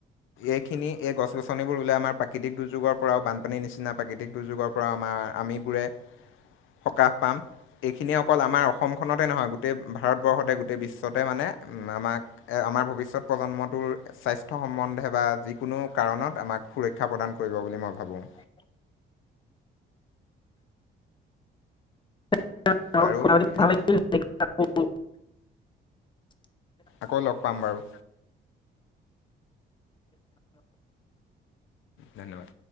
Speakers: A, on the left (about 80°); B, on the left (about 25°).
A: এইখিনি এই গছ-গছনিবোৰ ওলাই আমাৰ প্ৰাকৃতিক দুৰ্যোগৰ পৰাও বানপানী নিচিনা প্ৰাকৃতিক দুৰ্যোগৰ পৰাও। আমাৰ আমিবোৰে সকাহ পাম। এইখিনিয়ে অকল আমাৰ অসমখনতে নহয় গোটেই ভাৰতবৰ্ষতে গোটেই বিশ্বতে মানে উম আমাক আমাৰ ভৱিষ্যত। প্ৰজন্মটোৰ স্বাস্থ্য সম্বন্ধে বা যিকোনো কাৰণত আমাক সুৰক্ষা প্ৰদান কৰিব বুলি মই ভাবোঁ।
B: <inaudible> <unintelligible>
A: বাৰু ঠিক
B: <inaudible>
A: আকৌ লগ পাম বাৰু। ধন্যবাদ।